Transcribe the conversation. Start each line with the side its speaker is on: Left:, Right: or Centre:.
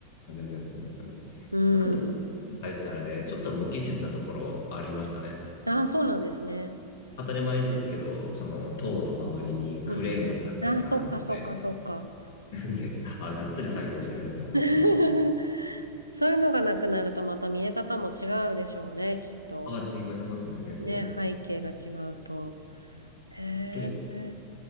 Left: あれですね、本当に。
Right: うん。
Left: 確かに、タイちゃんあれ、ちょっと無機質なところありましたね。
Right: ああ、そうなんですね。
Left: 当たり前ですけど、その塔の周りにクレーンが何台かあるので、
Right: うんうん。ああ、そっかそっかそっか。
Left: <laughs> で、あ、がっつり作業してるんだなっていうのは。
Right: <laughs> そういうのがなくなるとまた見え方も違うでしょうね、きっと。
Left: まあ、違いますね、結構。
Right: ね、背景が違うと。へえ。
Left: で、